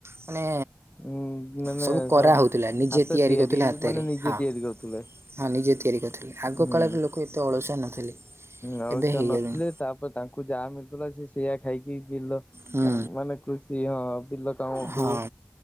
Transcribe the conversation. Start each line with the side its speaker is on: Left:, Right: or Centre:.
Right: ମାନେ
Left: ଉଁ ମାନେ
Right: ସବୁ କରାହେଉଥିଲା
Left: ସ
Right: ନିଜେ
Left: ହାତ ତିଆରି
Right: କରୁଥିଲେ ହାତରେ
Left: ମାନେ ନିଜେ
Right: ହଁ
Left: ତିଆରି କରୁଥିଲେ।
Right: ହଁ ନିଜେ ତିଆରି କରିଥିଲେ ଆଗ
Left: ହୁଁ।
Right: କାଳରେ ଲୋକ ଏତେ ଅଳସଆ ନଥିଲେ।
Left: ଅଳସୁଆ
Right: ଏବେ ହେଇଗଲେଣି
Left: ନଥିଲେ ତାପରେ ତାଙ୍କୁ ଯାହା ମିଳୁଥିଲା ସେ ସେଇଆ ଖାଇକି ବିଲ
Right: ହୁଁ
Left: କା ମାନେ କୃଷି ହଁ। ବିଲ କାମକୁ
Right: ହଁ